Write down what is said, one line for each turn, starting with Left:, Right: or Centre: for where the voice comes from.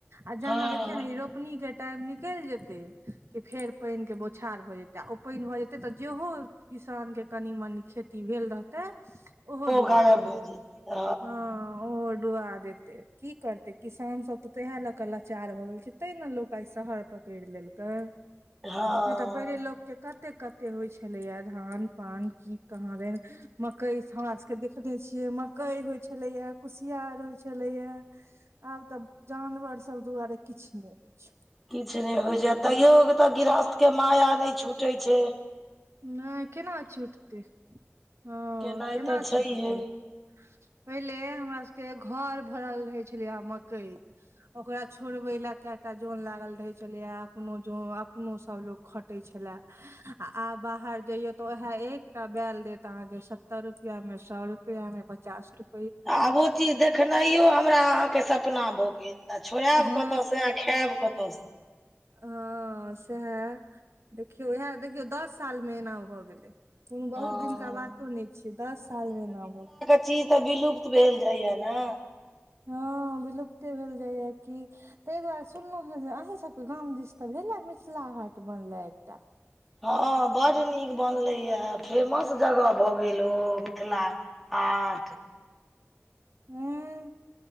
Right: आ जहाॅं
Centre: हँ
Right: देखियो ने ई रोपनीके टाइम निकैल जेते कि फेर पैन के बोछार भ जेते। तऽ ओ पैन भऽ जेतै तऽ जेहो किसानके कनी मनी खेती भेल रहतै ओहो डुबा
Centre: गायब
Right: देत
Centre: भऽ जेतै
Right: हँ। ओहो डुबा देते की करतय किसान सब तऽ तेएह लक लाचार भऽ गेल छय। तै ने लोक आइ शहर पकैर लेलकै
Centre: हँ
Right: नहि तऽ पहिले लोक के कते कते होइ छलैया धान पान की कहाँ दैन। मकई हमरा सबके देखनेे छियै मकई होइ छलैया, कुसियार होइ छलैया। आब तऽ जानवर सब दुआरे किछ नहि होइ छय।
Centre: किछ नहि होइ छय, तैयो तऽ गृहस्थ के माया नहि छुटै छैय।
Right: नहि कैना छुटतै हँ
Centre: केनाइ
Right: कैना
Centre: तऽ छैहे
Right: छुटतै। पहिले हमरा सबके घर भरल रहै छलेय मकइ। ओकरा छोड़बै लए कैटा जोन लागल रहै छलैया अपनो जव अपनो सभ लोक खटै छला। हँ आ आ बाहर जाइयो तऽ उहा एकटा बैल देत अहाके सत्तर रुपइया में, सौ रुपइया में, पचास रुपैया।
Centre: आब ओ चीज देखनाइयो हमरा अहाँ के सपना भऽ गैल। तऽ छोड़ाईब
Right: हँ
Centre: कतऽ से आ खाईब कतऽ से।
Right: हँ सहा देखियौ इहा देखियौ दस सालमे एना भऽ गेलै कोनो बहुत
Centre: हँ
Right: दिनका बातो नहि छियै दस सालमे एना भगेल।
Centre: चिज तऽ विलुप्त भेल जाइए ने।
Right: हँ विलुप्ते भेल जाइए की। तै दुआरे सुनलो हुँ जे अहींसभके गाम दिस तऽ भेले मिथिला हाट बनले एकटा।
Centre: हँ बड़ नीक बनलैए हॅं फेमस जगह भऽ गेल ओ मिथिला हाट।
Right: हूँ।